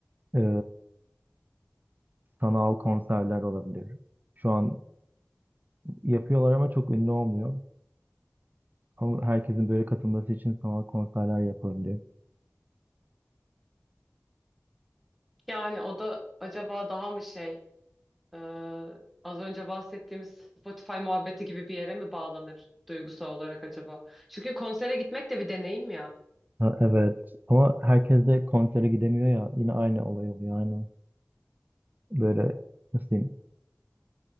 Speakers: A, on the right; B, in the centre.
A: E, sanal konserler olabilir. Şu an yapıyorlar ama çok ünlü olmuyor. Ama herkesin böyle katılması için sanal konserler yapabilir.
B: Yani o da acaba daha mı şey? Ee, az önce bahsettiğimiz Spotify muhabbeti gibi bir yere mi bağlanır duygusal olarak acaba? Çünkü konsere gitmek de bir deneyim ya.
A: Ha, evet ama herkes de konsere gidemiyor ya yine aynı olay oluyor aynı. Böyle nasıl diyeyim